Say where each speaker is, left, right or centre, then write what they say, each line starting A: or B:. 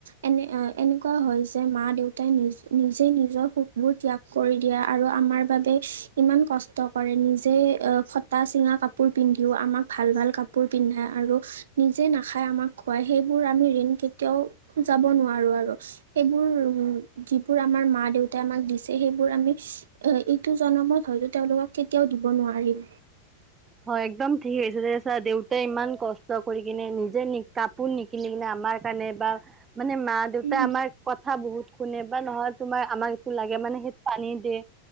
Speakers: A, on the right; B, on the right.
A: এনে এনেকুৱা হয় যে মা দেউতাই নিজ নিজে নিজৰ সুখবোৰ ত্যাগ কৰি দিয়া আৰু আমাৰ বাবে ইমান কষ্ট কৰে নিজে ফটা চিঙা কাপোৰ পিন্ধিও আমাক ভাল ভাল কাপোৰ পিন্ধা আৰু নিজে নাখাই আমাক খুৱাই, সেইবোৰ আমি ঋণ কেতিয়াও যাব নোৱাৰো আৰু সেইবোৰ যিবোৰ, আমাৰ মা-দেউতাই আমাক দিছে সেইবোৰ আমি এ এইটো জনমত হয়তো, তেওঁলোকক কেতিয়াও দিব নোৱাৰিম।
B: হয় একদম ঠিক কৈছা। দেউতাই ইমান কষ্ট কৰি কিনে নিজে কাপোৰ নিকিনি কিনে, আমাৰ কাৰণে বা মানে মা-দেউতাই
A: উম
B: আমাৰ কথা বহুত শুনে বা নহয় তোমাৰ আমাক লাগে মানে সেইটো আনি দিয়ে।